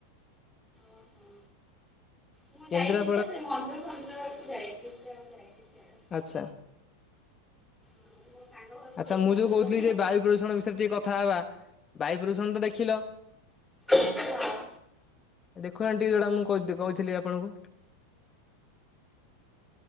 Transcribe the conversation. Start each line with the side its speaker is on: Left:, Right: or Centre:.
Centre: ଓହୋ। ମୁଁ
Left: କେନ୍ଦ୍ରା
Centre: ଯାଇଥିଲି ଯେ ସେ ମନ୍ଦିର ଫନ୍ଦିର ଆଡକୁ ଯାଇଛି <unintelligible>
Left: ଆଚ୍ଛା।
Centre: ହଁ ମୋ ସାଙ୍ଗ ଘର
Left: ଆଚ୍ଛା
Centre: ସେଇ
Left: ମୁଁ
Centre: ମନ୍ଦିର
Left: ଯୋଉ କହୁଥିଲି
Centre: ପାଖରେ
Left: ଯେ
Centre: ହଁ
Left: ବାୟୁ ପ୍ରଦୂଷଣ ବିଷୟରେ ଟିକେ କଥା ହେବା। ବାୟୁ ପ୍ରଦୂଷଣ ତ ଦେଖିଲ।
Centre: ହଁ।
Left: ଦେଖୁନାହାନ ଟିକେ ଯୋଉଟା ମୁଁ କହିଥି କହୁଥିଲି ଆପଣଙ୍କୁ।